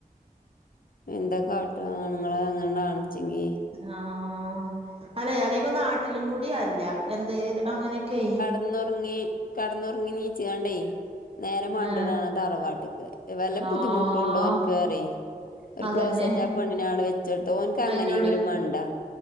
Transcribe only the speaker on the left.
എന്താകാട്ട ആണുങ്ങള് അങ്ങനെ ആണ്ച്ചെങ്കി
ഒന്ന് ഒറങ്ങി കെട്ന്നൊറങ്ങി നീച്ച്കാണ്ടേയ് നേരെ മണ്ട്ണാണ
തറവാട്ട്ക്ക് വല്ല ബുദ്ധിമുട്ട്ണ്ടോ
ഓൻക്ക്റിയെ ഒരു
ക്ലോസറ്റാ ആ പെണ്ണിനാടെ വെ ച്ചടുത്താ ഓൻക്ക് അങ്ങനെങ്കിലുംമണ്ടാ